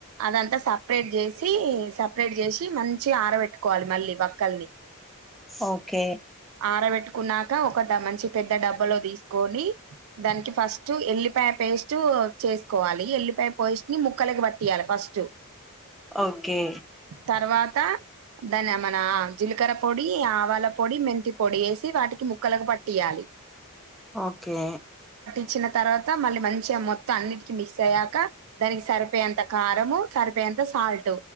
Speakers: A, on the right; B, in the centre.
A: అదంతా సపరేట్ చేసి సపరేట్ చేసి మంచి ఆరబెట్ పెట్టుకోవాలి మళ్ళీ బక్కల్ని
B: ఓకే
A: ఆరబెట్టుకున్నాక ఒక మంచి పెద్ద డబ్బు మాలా దీసుకోని దానికి ఫస్ట్ ఎల్లీ ఉల్లిపాయ పేస్ట్ చేసుకోవాలి ఎల్లిపాయ పేస్ట్ ని ముక్కలకి బట్టి తియాల ఫస్టు
B: ఓకే
A: తర్వాత దానిమనా జిలకర్ర పొడి ఆవాల పొడి మెంతి పొడి వేసి వాటికి ముక్కలకు పట్టియాలి
B: ఓకే
A: వచ్చిన తర్వాత మళ్ళీ మంచిగా మొత్తం అన్నిటిక మిస్ అయ్యాక దానికి సరిపోయే అంత మరము సరిపోయంత సాల్ట్